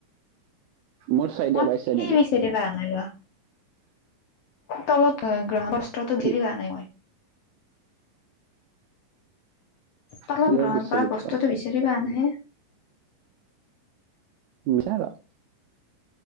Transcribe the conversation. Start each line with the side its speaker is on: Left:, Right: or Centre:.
Right: মোৰ চাইডে
Left: তাত
Right: পাইছে
Left: কি
Right: নেকি
Left: বিচাৰি পোৱা নাই যোৱা। তলত গাম অস্ত্ৰতো
Right: কি
Left: ধিৰে পৰা নাই। তলত
Right: কিয়
Left: গৰম
Right: বিচাৰি
Left: কৰা
Right: পোৱা
Left: বস্তুটো বিচাৰি পোৱা নাই হে।
Right: বিচাৰিলোঁৱা।